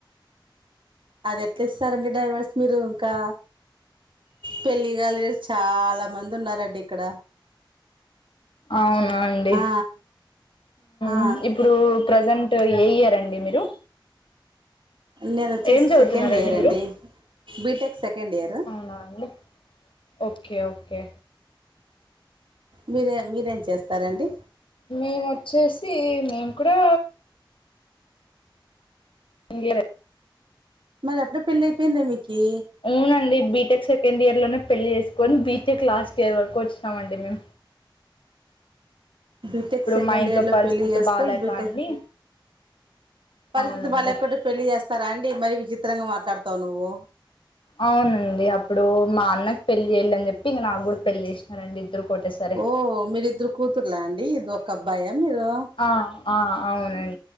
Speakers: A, on the right (about 70°); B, on the left (about 80°).
A: అది ఎట్లా ఇస్తారండి డ్రైవర్స్ మీరు ఇంకా పెళ్ళిగలేద్ చాలా మంది ఉన్నరండి ఇక్కడ
B: అవున అండి
A: ఆ ఆ
B: ఉమ్ ఇప్పుడు ప్రజెంట్ ఏ ఇయర్ అండి మీరు
A: నేనచ్చేసి
B: ఏం చదువుతున్నారండి
A: సెకండ్ ఇయర్
B: మీరు
A: అండి బీటెక్ సెకండ్ ఇయరు
B: అవునా అండి ఓకే ఓకే
A: మీరే మీరేం చేస్తారండి
B: మేమచ్చేసి మేము కూడా ఇంగ్లియరే
A: మరి అప్పుడే పెళ్ళి అయిపోయిందా మీకి
B: అవునండి బీటెక్ సెకండ్ ఇయర్ లోనే పెళ్లి చేసుకొని బీటెక్ లాస్ట్ ఇయర్ వరకు వచ్చినాం అండి మేం
A: బీటెక్ సెకండ్
B: మా ఇంట్లో
A: ఇయర్లో
B: పరిస్థితి
A: పెళ్ళి చేసుకొని
B: బాలేక
A: బీటెక్
B: అండి
A: పరిస్థితి
B: అవునండి
A: బాలేకుంటే పెళ్లి చేస్తారా అండి మరి విచిత్రంగా మాట్లాడతావు నువ్వు
B: అవునండి అప్పుడు మా అన్నకి పెళ్లి చేయ్యలని జెప్పి ఇంగ నాకు కూడా పెళ్ చేసినారండి ఇద్దరు ఒకటేసారి
A: ఓ మీరిద్దరు కూతుర్లా అండి ఇది ఒక అబ్బాయా మీరు
B: ఆ ఆ అవునం